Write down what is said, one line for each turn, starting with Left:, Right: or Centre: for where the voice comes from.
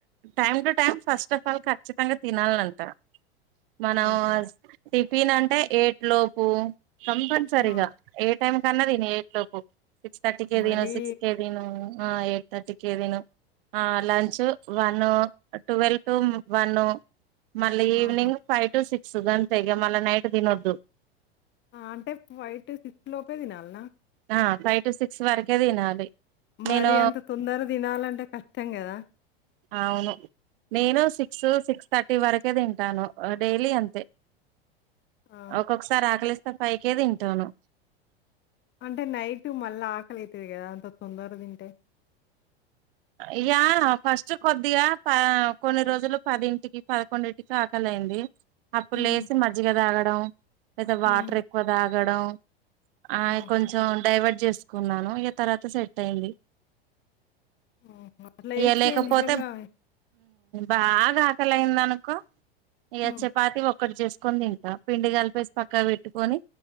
Right: time to time first of all ఖచ్చితంగా తినాలంట మనం
Left: ఆహా!
Right: టిఫిన్ అంటే ఏట్ లోపు కంపల్సరీగా
Left: ఆ!
Right: ఏ టైం కన్నా తినే ఏట్ లోపు సిక్స్ థర్టీ తను
Left: మరీ
Right: సిక్స్ కేే తీన ఎయిట్ థర్టీ కి తిను ఆ lunch one twelve to one మళ్ళీ ఈవినింగ్
Left: ఆహా!
Right: ఫైవ్ టు సిక్స్ గంతే మళ్ళా నైట్ తినొద్దు
Left: అంటే ఫైవ్ టు సిక్స్ లోపే తినాల
Right: ఆ ఫైవ్ టు సిక్స్ వరకే తినాలి
Left: మరి
Right: నేను
Left: అంత తొందర తినాలంటే కష్టం కదా
Right: అవును నేను సిక్స్ సిక్స్ థర్టీ వరకే తింటాను డైలీ అంతే
Left: ఆ
Right: ఒక్కొక్కసారి ఆకలిస్తే ఫైకే తింటాను
Left: అంటే నైట్ మళ్ళీ ఆకలి అయితది కదా అంత తొందర తింటే
Right: ఇగ ఫస్ట్ కొద్దిగా ప కొన్ని రోజులు పదింటికి పదకొండింటికి ఆకలే అయింది అప్పుడు
Left: హ్మ్.
Right: లేసి మజ్జిగ తాగడం లేదా
Left: హ్మ్.
Right: వాటర్ ఎక్కువ తాగడం ఆ
Left: ఆహా!
Right: కొంచెం డైవర్ట్ చేసుకున్నాను ఇక తర్వాత సెట్ అయింది
Left: ఆహా! అట్లా
Right: ఇగ
Left: చేస్తే
Right: లేకపోతే
Left: నిజంగా
Right: బాగా ఆకల అయింద అనుకో ఇగ
Left: హ్మ్.
Right: చపాతి ఒక్కటి చేసుకొని తింట పిండి కలిపేసి పక్కా పెట్టుకొని